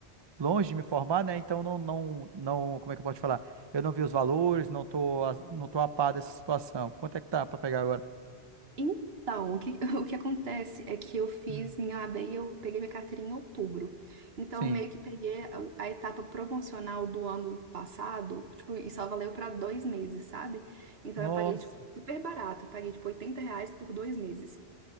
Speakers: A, on the right; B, on the right.
A: longe de me formar, né? Então não, não, não, como é que eu posso te falar? Eu não vi os valores, não tô, a- não tô a par dessa situação. Quanto é que tá pra pegar agora?
B: Então, o que, <laughs> o que acontece é que eu fiz
A: Hum,
B: minha OAB e eu peguei minha carteirinha em outubro. Então,
A: Sim.
B: meio que peguei a, a etapa promocional do ano passado, tipo, e só valeu para dois meses, sabe? Então,
A: Nossa.
B: eu paguei, tipo, super barato. Eu paguei, tipo, 80 reais por dois meses.